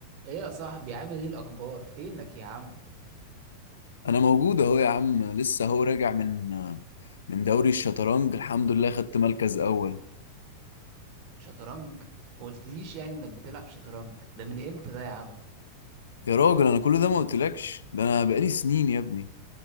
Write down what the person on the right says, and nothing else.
ايه يا صاحبي عامل ايه الاخبار فينك يا عم
شطرنج ما قلتليش يعني انك بتلعب شطرنج ده من امتى ده يا عم